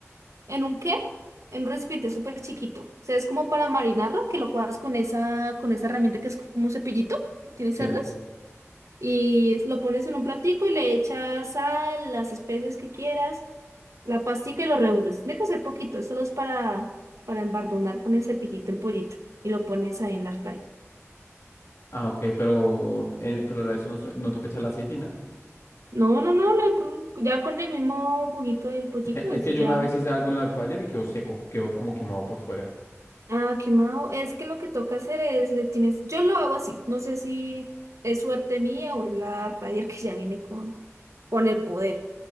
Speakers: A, on the right; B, on the left.
A: ¿En un qué? En un recipiente súper chiquito. O sea, es como para marinarlo, que lo cuadras con esa, con esa herramienta que es como un cepillito que tiene
B: Sí.
A: cerdas. Y es- lo pones en un platico y le echas sal, las especias que quieras, la pastica y lo revuelves. Tiene que ser poquito, es solo es para, para embardonar con el cepillito el pollito. Y lo pones ahí en la fry.
B: Ah, ok, pero, eh, pero a eso no, sue- no toca echar la aceitina.
A: No, no, no, le pon- ya con el mismo juguito del pollito,
B: Es que, es
A: eso
B: que yo
A: ya.
B: una vez hice algo en la air fryer y quedó seco, quedó como quemado por fuera.
A: Ah, quemado. Es que lo que toca hacer es, le tienes, yo lo hago así, no sé si es suerte mía o es la Radier que ya viene con, con el poder,